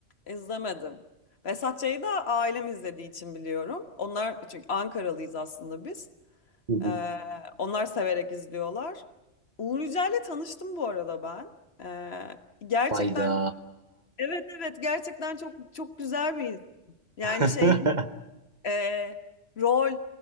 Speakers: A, on the left (about 60°); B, on the right (about 40°).
A: izlemedim. Vesat Çay'ı da ailem izlediği için biliyorum. Onlar çünkü Ankaralıyız aslında biz.
B: Hı hı.
A: Ee, onlar severek izliyorlar. Uğur Yücel'le tanıştım bu arada ben. Ee, gerçekten
B: Hayda.
A: evet evet gerçekten çok çok güzel bir insan. Yani
B: <laughs> Hı
A: şey e, rol